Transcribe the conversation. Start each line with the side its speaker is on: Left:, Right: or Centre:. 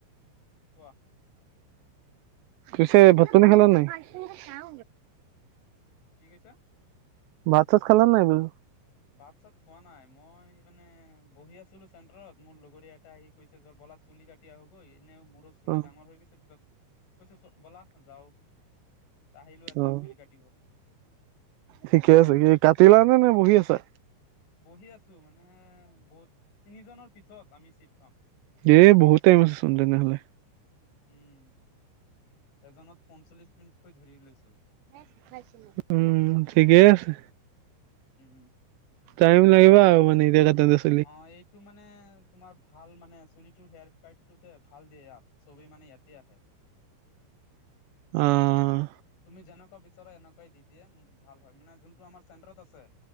Left: কোৱা?
Right: পিছে ভাত-পানী খালা নাই? চাওঁ <unintelligible>
Left: কি কৈছা?
Right: ভাত-চাত খালা নাই বোলো?
Left: ভাত-চাত খোৱা নাই। মই মানে বহি আছিলোঁ চেন্টাৰত মোৰ লগৰীয়া এটা আহি কৈছে যোৱা বলা চুলি কাটি আহোঁগৈ এনেই মোৰো চুলি
Right: অ
Left: ডাঙৰ হৈ গৈছে পিছত কৈছে চ ব'লা যাওঁ। আহিলো ইয়াতে
Right: অঁ!
Left: চুলি কাটিব
Right: ঠিকে আছে। কি কাটিলা নে নে বহি আছা?
Left: বহি আছোঁ মানে বহুত তিনি জনৰ পিছত আমি চিট পাম।
Right: এ বহুত টাইম আছে চোন তেনেহ'লে।
Left: উম! এজনত পঞ্চল্লিছ মিনিটকৈ ধৰি লৈছোঁ।
Right: <unintelligible> উম! ঠিকেই আছে।
Left: উম-উম।
Right: টাইম লাগিব আৰু মানে এতিয়া তাতেটো।
Left: অঁ! এইটো মানে তোমাৰ ভাল মানে চুলিটো হেয়াৰ কাটটো যে ভাল দিয়ে ইয়াত। চবেই মানে ইয়াতে আহে।
Right: অঁ!
Left: তুমি যেনেকুৱা বিচৰা এনেকুৱাই দি দিয়ে। ভাল হয় মানে যোনটো আমাৰ চেণ্টাৰত আছে।